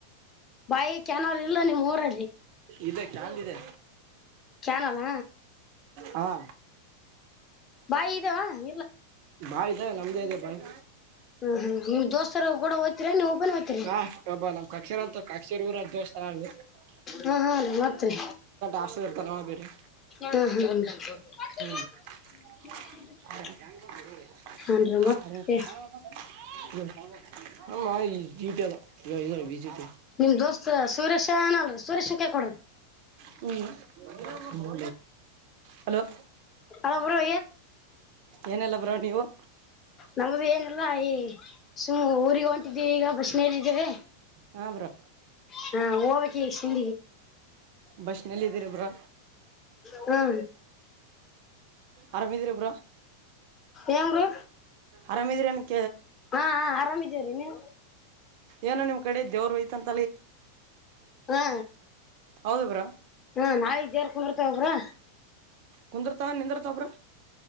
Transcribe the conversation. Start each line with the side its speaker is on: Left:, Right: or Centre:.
Left: ಬೈ ಕ್ಯಾನರ್ ಇಲ್ಲ ನಿಮ್ಮ್ ಊರಲ್ಲಿ
Right: ಇದೆ ಕ್ಯಾನ್ ಇದೆ
Left: ಕ್ಯಾನನ
Right: ಹಾ
Left: ಬಾಯಿ ಇದಾವ <unintelligible>
Right: ಬಾಯ್ ಇದೆ ನಮ್ದೇ ಇದೆ ಬಾಯಿ
Left: ಹ್ಮ್ ಹ್ಮ್ ನಿಮ್ ದೋಸ್ತರು ಕೂಡ ಹೋಗ್ತೀರಾ ನೀವ್ ಒಬ್ಬನೇ ಹೋಗ್ತೀರಿ
Right: ಹಾ ಪ್ರಬ <unintelligible> ನಮ್ ಕಕ್ಷರ ಅಂತ ಅಕ್ಷರ ಊರ ದೋಸ್ <unintelligible>
Left: ಹಾ ಹಾ ರ ಮತ್ರಿ
Right: ಹಾಸ್ಟೆಲ್ ಇರ್ತಾನ ಅವ ಬೇರೆ
Left: ಹ ಹ <unintelligible>
Right: <unintelligible>
Left: <unintelligible>
Right: ಅ <unintelligible>
Left: ಹಾನ್ ರೀ ಮತ್ತೆ
Right: ಮಾಡ <unintelligible> ವಿಜಪ ಯ ವಿಜಿಪ <unintelligible>
Left: ನಿಮ್ ದೋಸ್ತ್ ಸುರೇಶ ಏನಲ್ರಿ ಸುರೇಶನ್ ಕೈ ಕೊಡ್ರಿ
Right: ಹ್ಮ್ ಹಲೋ
Left: ಅಲ ಬ್ರೋ
Right: ಏನಿಲ್ಲ ಬ್ರೋ ನೀವು
Left: ನಮ್ದ ಏನಿಲ್ಲ ಈ ಸುಮ್ಮ್ ಊರಿಗೆ ಒಂಟಿದಿವಿ ಈಗ ಬಸ್ ಮೇಲಿಿದ್ದವೆ
Right: ಹಾ ಬ್ರೋ
Left: ಹಾ ಸಿ
Right: ಬಸ್ನಲ್ಲಿ ಇದೀರಿ ಬ್ರೋ
Left: <unintelligible> ಹ
Right: ಆರಾಮಿದ್ದೀರಾ ಬ್ರೋ
Left: ಏನ್ ಬ್ರೋ
Right: ಆರಾಮಿದ್ದೀರಾ ಬ್ರೋ
Left: ಹಾ ಆರಾಮಿದೀರಿ ನೀವು
Right: ಏನೋ ನಿಮ್ಮ ಕಡೆ ದೇವರು ಹೋಯಿತಂತೆ
Left: ಹಾ
Right: ಹೌದು ಬ್ರೋ
Left: ಹಾ ನಾಯತ ದೇವರ ಕುಂದರ್ತವು ಬ್ರೋ.
Right: ಕುಂದ್ರತಾವ ನಿಂದ್ರತಾವ ಬ್ರೋ.